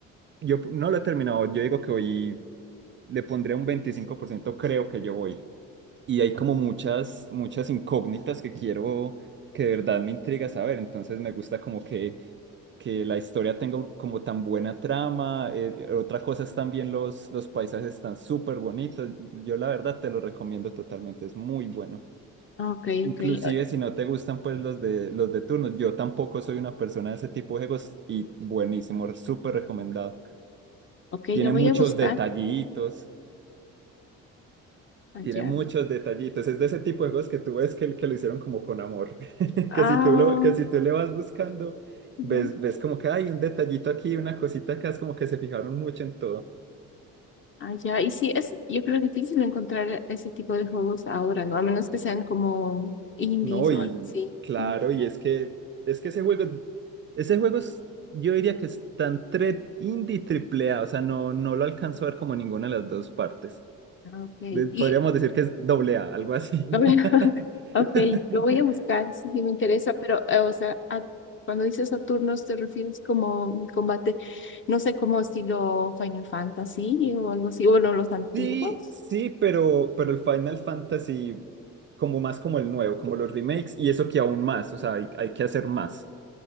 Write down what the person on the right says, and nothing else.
yo no lo he terminado, yo digo que hoy le pondré un 25% creo que yo voy. Y hay como muchas, muchas incógnitas que quiero, que de verdad me intriga saber, entonces me gusta como que, que la historia tenga un- como tan buena trama, eh, otra cosa es también los, los paisajes están súper bonitos, yo la verdad te lo recomiendo totalmente, es muy bueno.
Inclusive
si no te gustan pues los de, los de turnos, yo tampoco soy una persona de ese tipo de juegos y buenísimo, súper recomendado
tiene
muchos
detallitos,
tiene muchos detallitos. Es de ese tipo de juegos que tú ves que, que lo hicieron como con amor. <laughs>
Que si tú lo, que si tú le vas buscando,
ves, ves como que hay un detallito aquí, una cosita acá, es como que se fijaron mucho en todo.
No,
y
claro,
y es que es que ese juego, ese juego es- yo diría que es tan tre- indie triple A, o sea, no, no lo alcanzo a ver como ninguna de las dos partes.
De- podríamos
decir que es doble A, algo así.
<laughs>
Sí, sí, pero, pero el Final Fantasy como más como el nuevo, como los remakes, y eso que aún más, o sea, hay, hay que hacer más,